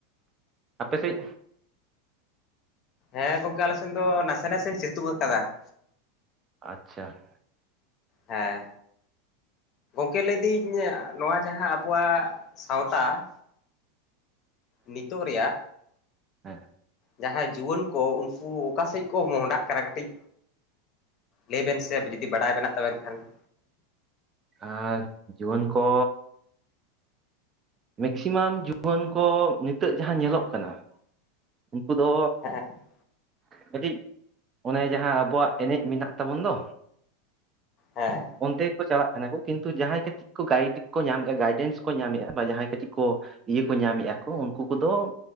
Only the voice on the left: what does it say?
ᱦᱮᱸ ᱜᱚᱝᱠᱮ ᱟᱞᱮ ᱥᱮᱱ ᱫᱚ ᱱᱟᱥᱮ ᱱᱟᱥᱮ ᱥᱤᱛᱩᱝ ᱟᱠᱟᱫᱟ ᱾
ᱦᱮᱸ ᱾ ᱠᱮ ᱞᱟᱹᱭ ᱤᱫᱟᱹᱧ ᱤᱭᱟᱹ ᱱᱚᱣᱟ ᱡᱟᱦᱟᱸ ᱟᱵᱚᱣᱟᱜ ᱥᱟᱶᱛᱟ ᱾ ᱱᱤᱛᱚᱜ ᱨᱮᱭᱟᱜᱼᱼ
ᱡᱟᱦᱟᱸᱭ ᱡᱩᱣᱟᱹᱱ ᱠᱚ, ᱩᱱᱠᱩ ᱚᱠᱟ ᱥᱮᱫ ᱠᱚ ᱢᱚᱦᱰᱟᱜ ᱠᱟᱱᱟ ᱠᱟᱹᱴᱤᱡᱼᱼ ᱞᱟᱹᱭᱵᱮᱱ ᱥᱮ ᱡᱩᱫᱤ ᱵᱟᱲᱟᱭ ᱵᱮᱱᱟᱜ ᱛᱟᱵᱮᱱ ᱠᱷᱟᱱ ᱾
ᱦᱮᱸ <unintelligible>
ᱦᱮᱸ